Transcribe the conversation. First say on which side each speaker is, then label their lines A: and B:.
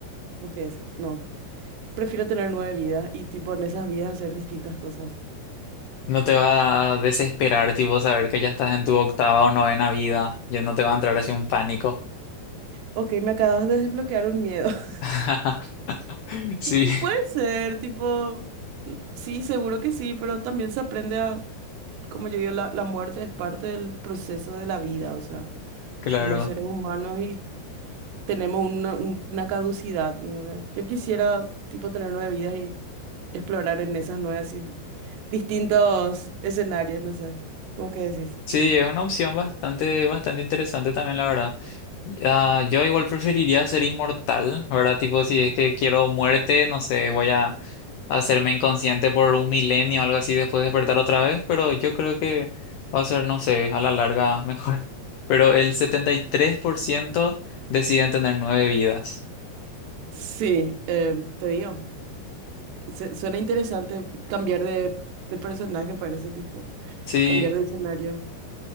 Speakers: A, on the right; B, on the left.
A: vos qué decís, no. Prefiero tener nueve vidas y tipo en esas vidas hacer distintas cosas.
B: No te va a desesperar, tipo, saber que ya estás en tu octava o novena vida. Ya no te va a entrar así un pánico.
A: Ok, me acabas de desbloquear un miedo. <laughs>
B: <laughs>
A: Y
B: Sí,
A: puede ser, tipo, mm, sí, seguro que sí, pero también se aprende a como yo digo, la, la muerte es parte del proceso de la vida, o sea,
B: claro.
A: somos seres humanos y tenemos una, un- una caducidad. ¿entendés? Yo quisiera, tipo, tener nueve vidas y explorar en esas nueve, así, distintos escenarios, no sé. ¿Vos qué decís?
B: Sí, es una opción bastante, bastante interesante también, la verdad. Ah, yo igual preferiría ser inmortal, ¿verdad? Tipo, si es que quiero muerte, no sé, voy a hacerme inconsciente por un milenio o algo así, después despertar otra vez, pero yo creo que va a ser, no sé, a la larga mejor. Pero el setenta y tres por ciento deciden tener nueve vidas.
A: Sí, eh, te digo, se- suena interesante cambiar de, de personaje para ese tipo,
B: Sí,
A: cambiar de escenario,